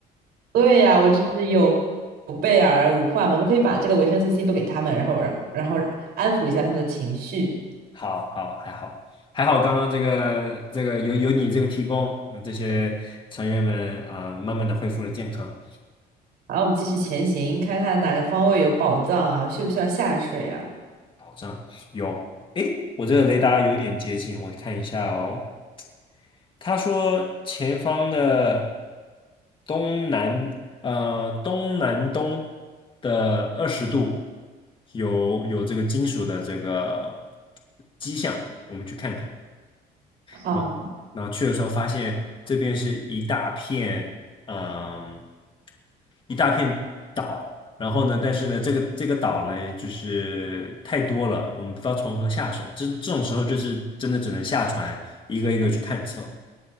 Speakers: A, on the right; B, on the left.
A: 对呀，我这是有有备而无患嘛，我们可以把这个维生素 C 都给他们，然后然然后安抚一下他们的情绪。
B: 好好还好还好，刚刚这个这个有有你这个提供，嗯这些成员们啊、呃慢慢的恢复了健康
A: 好，我们继续前行，看看哪个方位有宝藏啊？需不需要下水呀、
B: 保障。有，诶，我这个雷达有点接近，我看一下哦。他说前方的东南呃东南东的二十度有有这个金属的这个迹象，我们去看看。
A: 好，
B: 然后然后去的时候发现这边是一大片，嗯，一大片岛。然后呢，但是呢，这个这个岛呢，就是太多了，我们不知道从何下手。这这种时候，就是真的只能下船，一个一个去探测。